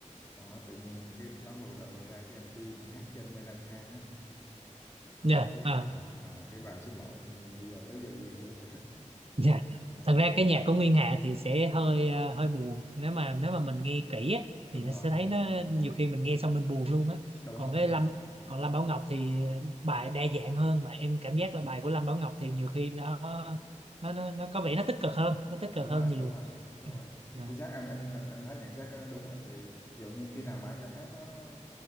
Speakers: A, on the left; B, on the right.
A: xong đó tự nhiên cái cái có một đợt là ra cái MV mà hát trên mây lang thang á
B: dạ
A: xong cái
B: à,
A: à, à, cái bài xin lỗi tự nhiên bây giờ tới giờ ghiền luôn
B: Dạ.
A: <laughs> à,
B: Thật ra cái nhạc của Nguyên Hà thì sẽ hơi ờ, hơi buồn nếu mà nếu mà mình nghe kỹ á,
A: đúng
B: thì nó
A: rồi
B: sẽ thấy nó nhiều khi mình nghe xong mình buồn luôn á
A: đúng
B: còn
A: rồi
B: cái Lâm còn Lâm Bảo Ngọc thì bài đa dạng hơn mà em cảm giác là bài của Lâm Bảo Ngọc thì nhiều khi nó nó nó, nó có vẻ nó tích cực hơn nó tích cực
A: đúng rồi
B: hơn nhiều
A: đúng rồi đúng rồi
B: Dạ.
A: chính xác em em em, em thấy nhận xét nó đúng á thì ví dụ như khi nào mà em cảm thấy nó